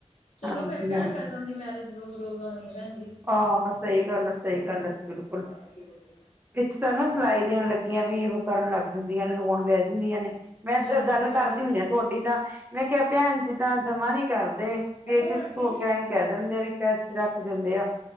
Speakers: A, on the left; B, on the right.
A: ਚਲੋ
B: ਹਾਂਜੀ
A: ਫੇਰ ਕੇੜਾ
B: ਹਾਂਜੀ।
A: ਕਜ਼ਨ ਦੀ ਮੈਰਿਜ ਰੋਜ਼-ਰੋਜ਼ ਔਨੀ ਆ ਭੈਣ ਜੀ।
B: ਆ ਸਈ ਗੱਲ ਆ ਸਈ ਗੱਲ ਜੀ ਬਿਲਕੁਲ।
A: <unintelligible>
B: ਵਿਚ ਤਾਂ ਨਾ ਸਲਾਈ ਦੇਣ ਲੱਗੀਆਂ ਵੀ ਏਹੋ ਕਰਨ ਲੱਗ ਜਾਂਦੀਆਂ ਨੇ ਰੋਣ ਬੈ ਜਾਂਦੀਆਂ ਨੇ। ਮੈਂ ਤੇ
A: ਹਾਂਜੀ
B: ਗੱਲ
A: ਭੈਣ
B: ਕਰਦੀ ਹੁੰਦੀ
A: ਜੀ।
B: ਆ ਤੋਡੀ ਤਾਂ, ਮੈਂ ਕੇਆ ਭੈਣ ਜੀ ਤਾਂ ਜਮਾ ਨੀ ਕਰਦੇ, <unintelligible>
A: ਹੈਲੋ ਆਂਟੀ ਜੀ।
B: ਕੈ ਦਿੰਦੇ ਆ ਵੀ ਪੈਸੇ ਰੱਖ ਜਾਂਦੇ ਆ।